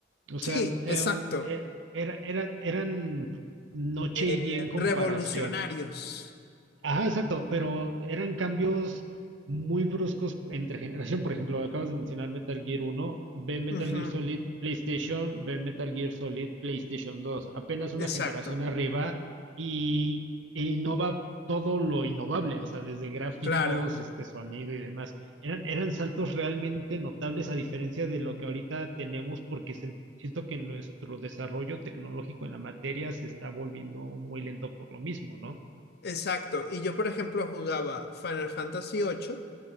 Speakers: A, on the right (about 75°); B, on the left (about 55°).
A: O sea,
B: Sí,
A: em,
B: exacto.
A: er- era, era- eran noche
B: eh,
A: y día en comparación.
B: revolucionarios.
A: Ajá, exacto, pero eran cambios muy bruscos entre generación. Por ejemplo, acabas de mencionar Metal Gear uno, ve Metal
B: Ujú,
A: Gear Solid PlayStation, ve Metal Gear Solid PlayStation dos. Apenas una
B: Exacto,
A: generación arriba y e innova todo lo innovable, o sea, desde gráficos,
B: claro,
A: este sonido y demás. Eran, eran saltos realmente notables a diferencia de lo que ahorita tenemos porque sen- siento que nuestro desarrollo tecnológico en la materia se está volviendo muy lento por lo mismo, ¿no?
B: exacto. Y yo, por ejemplo, jugaba Final Fantasy ocho